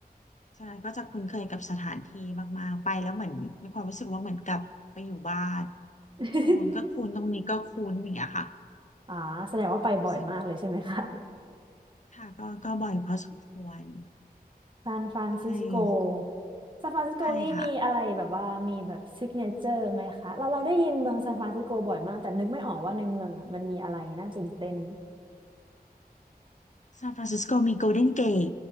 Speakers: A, on the left; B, on the right.
A: ฉะนั้นก็จะคุ้นเคยกับสถานที่มากๆไปแล้วเหมือนมีความรู้สึกว่าเหมือนกลับไปอยู่บ้าน
B: <laughs>
A: ตรงนู้นก็คุ้นตรงนี้ก็คุ้นอย่างเงี้ยค่ะ
B: อ่าแสดงว่าไปบ่อยมากเลยใช่ไหมคะ
A: รู้สึกค่ะก็ก็บ่อยพอสมควร
B: ซานฟรานซิสโก
A: ก็เลยคุ้น
B: ซานฟรานซิสโกนี่มีอะไรแบบว่ามีแบบซิกเนเจอร์ไหมคะเราเราได้ยินเมืองซานฟรานซิสโกบ่อยมากแต่นึกไม่ออกว่าในเมืองอ่ะมันมีอะไรน่าตื่นเต้น
A: ใช่ค่ะ ซานฟรานซิสโกมีโกลเด้นเกต